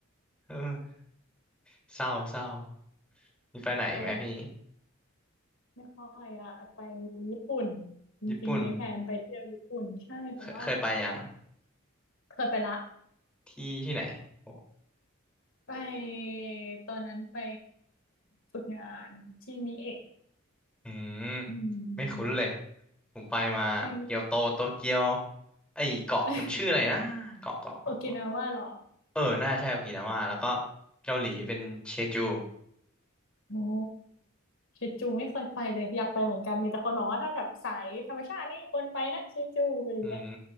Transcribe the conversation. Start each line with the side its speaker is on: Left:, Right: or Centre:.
Centre: เออ เศร้าเศร้ามีไปไหนอีกไหมพี่
Left: เออไม่ค่อยอะไปญี่ปุ่นจริงๆมีแผนไปเที่ยวญี่ปุ่นใช่แต่ว่า
Centre: ญี่ปุ่นเคยเคยไปยัง
Left: เคยไปละ
Centre: ที่ที่ไหนโอ้
Left: ไปตอนนั้นไปฝึกงานที่มิเอะ
Centre: อืม
Left: อื
Centre: ไม่คุ้นเลย
Left: ม
Centre: ผมไปมาเกียวโตโตเกียว
Left: เป็น
Centre: ไอเกาะมันชื่ออะไรนะเกาะเกาะเกาะเกาะ
Left: <laughs> โอกินาว่าเหรอ
Centre: เออน่าใช่โอกินาวาแล้วก็เกาหลีเป็นเชจู
Left: โอ้เชจูไม่เคยไปเลยอยากไปเหมือนกันมีแต่คนบอกว่าถ้าแบบสายธรรมชาตินี่ควรไปนะเชจูอะไรอย่างเงี้ย
Centre: อืม